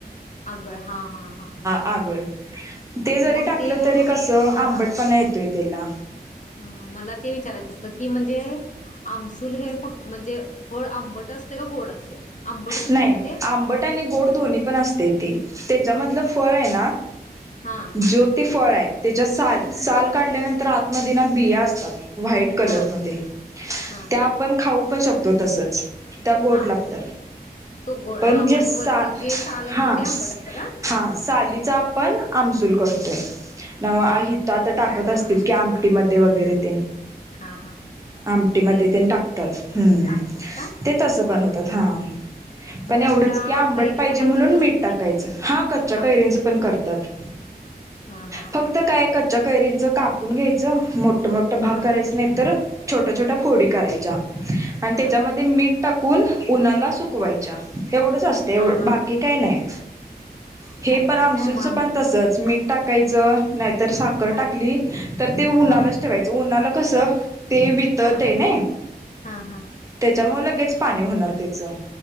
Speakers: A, on the left; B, on the right.
A: आगळ हा हा हां हां
B: अगं ते जरी
A: मग
B: टाकलं
A: ते हां
B: तरी कसं आंबटपणा येतोय त्याला
A: ह मला ते विचारायचं होतं की म्हणजे आमसूल हे म्हणजे फळ आंबट असते का गोड असते आंबटच असते
B: नाही
A: ना ते
B: आंबट आणि गोड दोन्ही पण असते ते त्याच्यामधलं फळ आहे ना
A: हां
B: ज ते फळ आहे त्याच्या साल साल काढल्यानंतर आत्मदिना बिया असतात व्हाईट कलरमध्ये
A: हां हां
B: त्या आपण खाऊ पण शकतो तसच त्या गोड
A: हां
B: लागतात
A: तो गोड हा
B: पण जे
A: आणि
B: सा
A: वरचं जे साल असतं
B: हा
A: ते आंबट असतं का
B: हा सालीचा पण आमसूल करतोय अ
A: आमसूल
B: हीत
A: करतात
B: आता टाकत
A: काय
B: असतील
A: हां हां
B: की आ आटी म वगैरे ते
A: हां हां
B: आमटीमध्ये
A: तेच
B: ते टाकतात् हुम
A: टाकतात का
B: ते तसं बनवतात
A: हम्म
B: हां
A: हम्म मग
B: पण
A: कच्च्या
B: एवढंच की आंबट
A: कैरीचं
B: पाहिजे
A: पण
B: म्हणून
A: करत असतील
B: मीठ टाकायचं
A: की
B: हा कच्च्या कैरींचं
A: आम
B: पण करतात
A: हा हा
B: फक्त काय कच्च्या कैरींच कापून घ्यायचं मोठ मोठं भाग
A: हा
B: करायचं नाही तर छोट्या छोट्या फोडी करायच्या आणि
A: हा
B: त्याच्यामध्ये मीठ टाकून उन्हाला सुकवायच्या एवढंच असत
A: हा हा
B: बाकी काही नाही. हे
A: काय नाही
B: पण आमसूलचं
A: काय मग आमच
B: पण तसंच मीठ टाकायचं नाहीतर साखर
A: हा
B: टाकली तर ते उन्हालाच
A: हा
B: ठेवायचं उन्हाला कसं ते वितळ
A: हा
B: तय नयी
A: हा हा
B: त्याच्यामुळ लगेच पाणी होणार त्याचं